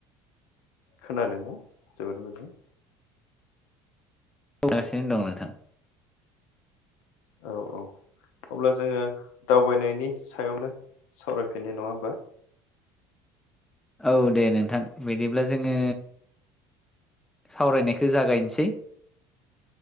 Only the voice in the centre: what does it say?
सगासिनो दं नोंथां
औ दे नोंथां बिदिब्ला जोङो सावरायनायखौ जागायनोसै